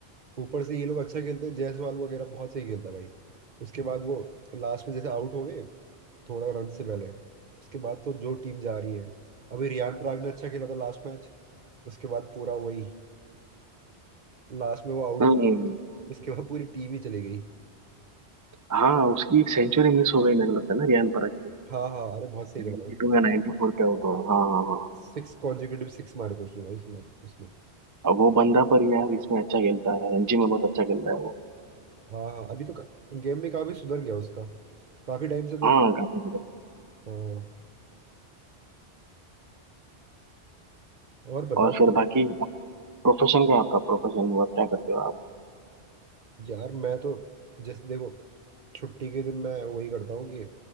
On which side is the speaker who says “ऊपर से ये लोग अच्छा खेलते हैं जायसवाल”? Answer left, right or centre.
Right